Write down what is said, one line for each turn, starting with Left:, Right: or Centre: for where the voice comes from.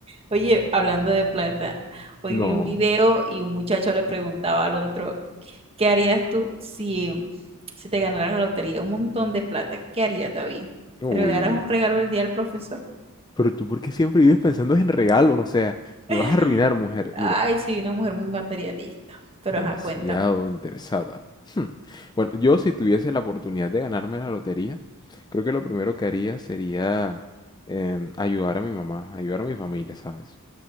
Right: Oye, hablando de plata, hoy
Left: No.
Right: vi un video y un muchacho le preguntaba al otro, ¿qué harías tú si, si te ganaras la lotería? Un montón de plata. ¿Qué harías, David?
Left: Uy.
Right: ¿Te regalaras un regalo el día del profesor?
Left: Pero tú, ¿por qué siempre vives pensando en regalos? O sea, me
Right: <laughs>
Left: vas a arruinar, mujer. Mira,
Right: Ay, sí, una mujer muy materialista. Pero
Left: Demasiado
Right: ajá, cuéntame.
Left: interesada. Hmm. Bueno, yo si tuviese la oportunidad de ganarme la lotería, creo que lo primero que haría sería em, ayudar a mi mamá, ayudar a mi familia, ¿sabes?